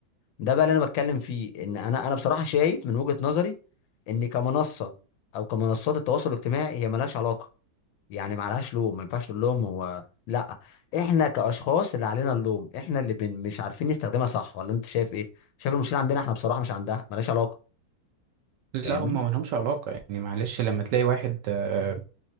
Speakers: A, on the left (about 75°); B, on the right (about 70°).
A: ده بقى اللي انا بتكلم فيه ان انا انا بصراحة شايف من وجهة نظري ان كمنصة او كمنصات التواصل الاجتماعي هي ملهاش علاقة يعني معلهاش لوم ما ينفعش تقول لهم هو لا احنا كاشخاص اللي علينا اللوم احنا اللي بن... مش عارفين نستخدمها صح ولا انت شايف ايه شايف المشكلة عندنا احنا بصراحة مش عندها ملهاش علاقة
B: لا
A: فاهمني
B: هم ما لهمش علاقة يعني معلش لما تلاقي واحد آه،